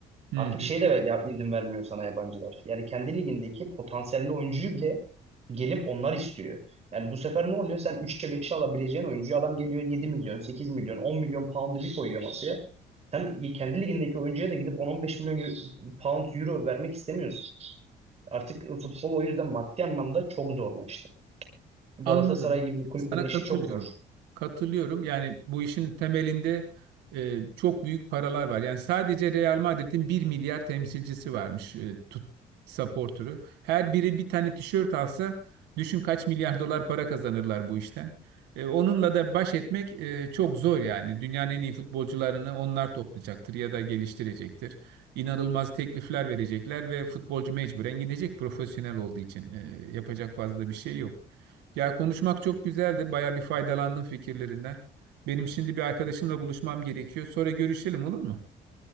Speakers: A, on the right; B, on the right.
A: Hı.
B: Artık şey de ya, izin vermiyor sana yabancılar. Yani kendi ligindeki potansiyelli oyuncuyu bile gelip onlar istiyor. Yani bu sefer ne oluyor? Sen 3'e 5'e alabileceğin oyuncuyu adam geliyor 7 milyon, 8 milyon, 10 milyon pound'u bir koyuyor masaya. Sen kendi ligindeki oyuncuya da gidip on on beş milyon eu- pound euro vermek istemiyorsun. Artık futbol o yüzden maddi anlamda çok zorlaştı. Galatasaray
A: Anladım.
B: gibi kulüplerin
A: Sana
B: işi
A: katılıyorum.
B: çok zor.
A: Katılıyorum. Yani bu işin temelinde e, çok büyük paralar var. Yani sadece Real Madrid'in bir milyar temsilcisi varmış, e, tut, supporter'ı. Her biri bir tane tişört alsa düşün kaç milyar <laughs> dolar para kazanırlar bu işten. E, onunla da baş etmek e, çok zor yani. Dünyanın en iyi futbolcularını onlar toplayacaktır ya da geliştirecektir. İnanılmaz teklifler verecekler ve futbolcu mecburen gidecek profesyonel olduğu için. E, yapacak fazla bir şey yok. Ya konuşmak çok güzeldi. Baya bir faydalandım fikirlerinden. Benim şimdi bir arkadaşımla buluşmam gerekiyor. Sonra görüşelim olur mu?